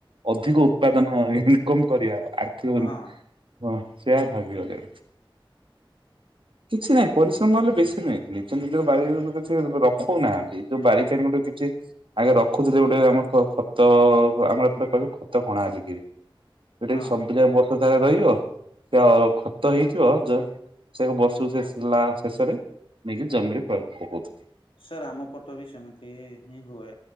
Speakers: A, on the right (about 70°); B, on the left (about 75°).
A: ଅଧିକ ଉତ୍ପାଦନ ଇନକମ କରିବା ଆର୍ଥିକ
B: ହଁ
A: ଇନ୍ ହଁ ସେ ଆଉ ଭାବିଗଲେ। କିଛି ନାଇ ପରିଶ୍ରମ ହେଲେ ବେଶୀ ନୁହେଁ ନିଜ ନିଜ ବାରି ଘରକୁ କିଛି <unintelligible> ରଖୋଉ ନାହାନ୍ତି ଯୋଉ ବାରି <unintelligible> କିଛି ଆଗେ ରଖୁଥୁଲେ ଗୋଟେ ଆମେ କ ଖତ ଆମର ଏପଟେ କହିବେ ଖତ କଣା ଅଛି କିରି ଏଟା ବି
B: ହଁ
A: ସବୁ ଯାକ ବର୍ଷ ସାରା ରହିବ ତ ଖତ ହେଇଥିବ ଜଷ୍ ସେ କ ବର୍ଷକୁ ଶେଷ ଲା ଶେଷରେ ନେଇକି ଜମିରେ ପରେ ପକୋଉଥୁଲେ।
B: ସାର୍ ଆମ ପଟ ବି ସେମିତି ହିଁ ହୁଏ